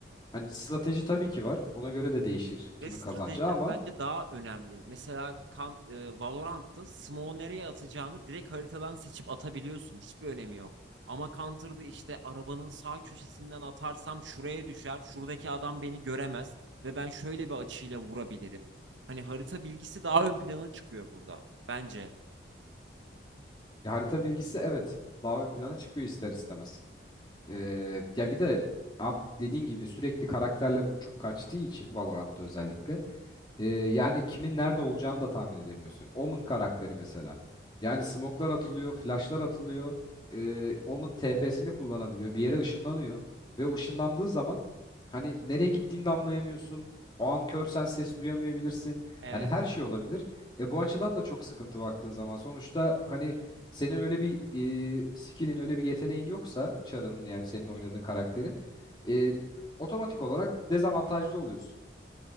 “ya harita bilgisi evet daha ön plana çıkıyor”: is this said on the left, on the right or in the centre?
Left